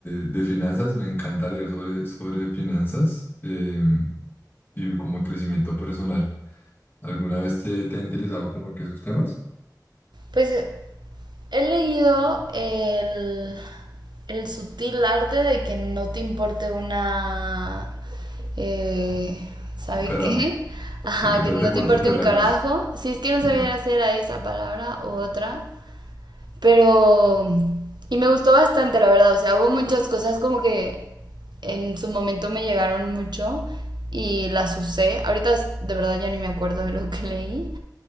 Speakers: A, on the left; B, on the right.
A: de finanzas. Me encanta leer sobre, sobre finanzas em, y como crecimiento personal. ¿Alguna vez te, te ha interesado como que esos temas?
B: Pues he leído el, el sutil arte de que no te importe una... eh, ¿sabe
A: Un carajo.
B: qué? <laughs> Ajá,
A: ¿De qué trata
B: que no
A: deporte
B: te importe
A: un carajo?
B: un carajo.
A: Sí,
B: Si es que no sabía
A: Mm.
B: si era esa palabra u otra. Pero... Y me gustó bastante, la verdad. O sea, hubo muchas cosas como que en su momento me llegaron mucho y las usé. Ahorita de verdad ya ni me acuerdo de lo que leí.